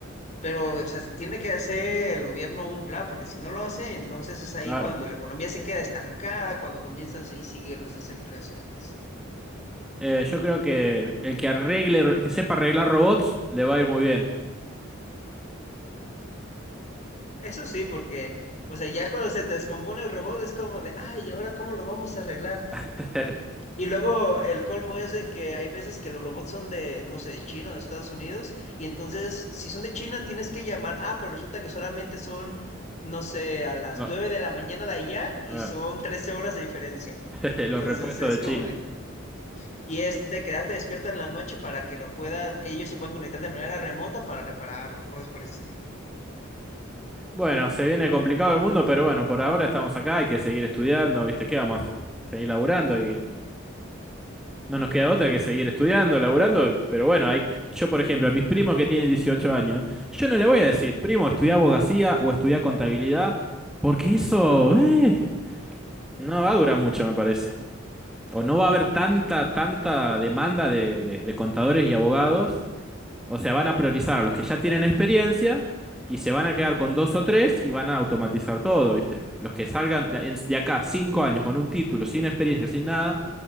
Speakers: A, on the left; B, in the centre.
A: Pero, o sea, tiene que hacer el gobierno un plan, porque si no lo hace, entonces es ahí
B: claro.
A: cuando la economía se queda estancada, cuando comienzas y sigue los desempleos y demás.
B: Eh, yo creo que el que arregle, que sepa arreglar robots, le va a ir muy bien.
A: Eso sí, porque, o sea, ya cuando se te descompone el robot es como de, ay, ¿y ahora cómo lo vamos a arreglar?
B: <laughs>
A: Y luego el colmo es de que hay veces que los robots son de, no sé, de China o de Estados Unidos, y entonces, si son de China, tienes que llamar, ah, pero resulta que solamente son, no sé, a las
B: No,
A: 9 de la mañana de allá y
B: eh,
A: son 13 horas de diferencia.
B: <laughs> los
A: Entonces
B: repuestos
A: es
B: de
A: como
B: China.
A: de... Y es de quedarte despierta en la noche para que lo puedan, ellos se puedan conectar de manera remota para repararlo, cosas por ese estilo.
B: Bueno, se viene complicado el mundo, pero bueno, por ahora estamos acá, hay que seguir estudiando, ¿viste? ¿Qué vamos a hacer? Seguir laburando y no nos queda otra que seguir estudiando, laburando, pero bueno, hay, yo por ejemplo, a mis primos que tienen 18 años, yo no le voy a decir, primo, estudia abogacía o estudia contabilidad, porque eso, eh, no va a durar mucho, me parece. o no va a haber tanta, tanta demanda de, de- de contadores y abogados, o sea, van a priorizar a los que ya tienen experiencia y se van a quedar con dos o tres y van a automatizar todo, ¿viste? Los que salgan de, en- de acá cinco años con un título, sin experiencia, sin nada